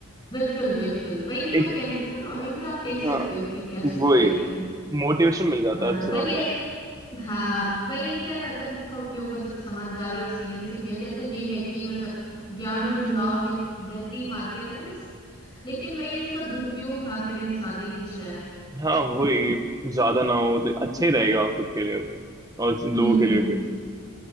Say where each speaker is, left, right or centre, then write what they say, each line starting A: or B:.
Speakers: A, on the left; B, on the right.
A: बिल्कुल बिल्कुल वही तो
B: हूँ
A: मैं कह रही थी ना ब्लॉगिंग से आप देख
B: हाँ
A: सकते हो कि क्या चल
B: वही
A: रहा है क्या नहीं
B: मोटिवेशन मिल जाता
A: हाँ
B: है अच्छा
A: वही
B: खासा
A: है, हाँ वही है कि यार अगर इसका उपयोग मतलब समझदारी और संयम से किया जाए तो ये है कि मतलब ज्ञान और जुड़ाव एक बेहतरीन माध्यम है बस लेकिन वही इसका दुरुपयोग ना करें तो ज्यादा ही अच्छा है
B: हाँ वही ज्यादा ना हो तो अच्छा ही रहेगा खुद के लिए और लोगों
A: हम्म
B: के लिए भी